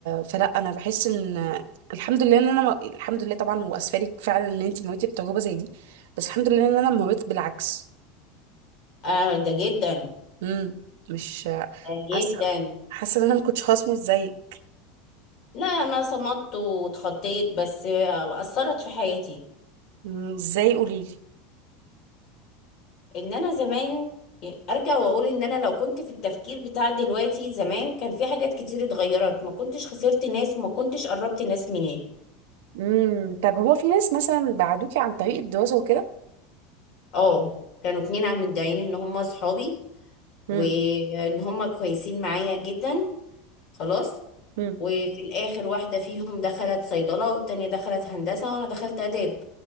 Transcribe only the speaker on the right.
فلا انا بحس ان الحمد لله ان انا ما... الحمد لله طبعا واسفلك فعلا ان انت مريتي بتجربه زي دي بس الحمد لله ان انا مريت بالعكس
امم مش
حاسه حاسه ان انا ما كنتش هصمت زيك
مم، ازاي قولي لي
امم طب هو في ناس مثلا بعدوكي عن طريق الدراسه وكده
مم.
مم.